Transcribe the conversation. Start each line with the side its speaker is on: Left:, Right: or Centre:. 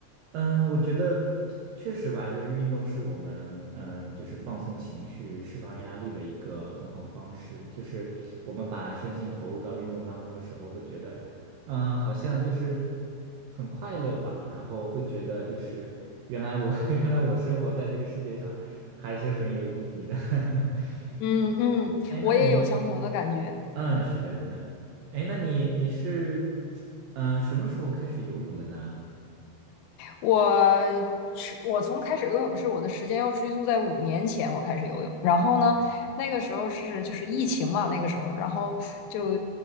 Right: 嗯，我觉得确实吧，就是运动是我们嗯，就是放松情绪、释放压力的一个很好的方式。就是我们把身心投入到运动当中的时候，会觉得，嗯，好像就是很快乐吧，然后会觉得就是原来我 <laughs> 原来我生活在这个世界上还是很有意义的。<laughs>
Left: 嗯嗯，
Right: 嗯，哎，那你，
Left: 我也有相同的感觉。
Right: 嗯，是的，是的，哎，那你你是，嗯、什么时候开始游泳的呢？
Left: 我是我从开始游泳是我的时间要追溯在五年前，我开始游泳。然后呢，
Right: 哦，
Left: 那个时候是就是疫情嘛，那个时候，然后就